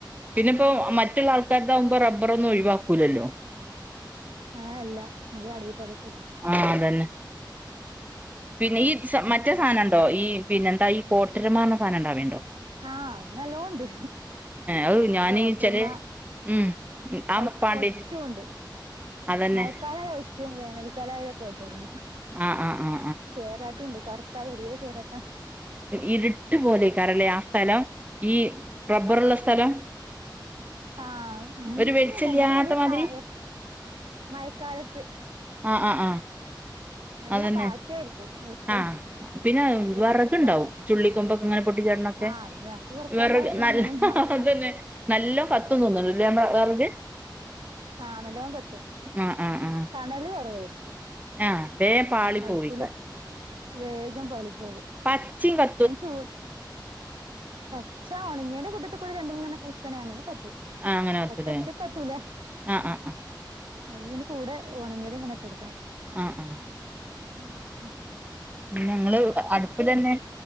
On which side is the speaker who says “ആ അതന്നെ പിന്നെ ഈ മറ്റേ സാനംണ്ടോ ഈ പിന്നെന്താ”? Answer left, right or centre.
Right